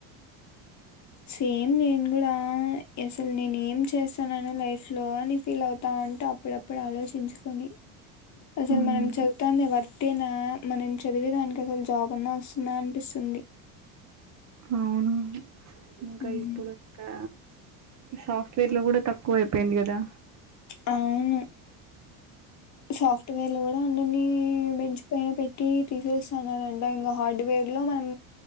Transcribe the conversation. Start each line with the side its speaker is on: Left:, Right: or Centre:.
Left: సేమ్ నేను కూడా అసలు నేను ఏం చేస్తాన్నాను లైఫ్ లో అని ఫీల్ అవుతా అంటూ అప్పుడప్పుడు ఆలోచించుకొని అసలు
Right: మ్మ్
Left: మనం చదువుతంది వర్తేనా మనం చదివేదానికి జాబన్నా వస్తుందా అనిపిస్తుంది
Right: అవును ఇంకా
Left: మ్మ్
Right: ఇప్పుడు ఇంకా సాఫ్ట్వేర్ లో కూడా తక్కువ పోయ పయింది కదా
Left: అవును సాఫ్ట్వేర్లు కూడా అందరినీ పెంచు పైన పెట్టి తీసేస్తున్నానంట ఇంకా హార్డ్వేర్ లో మనం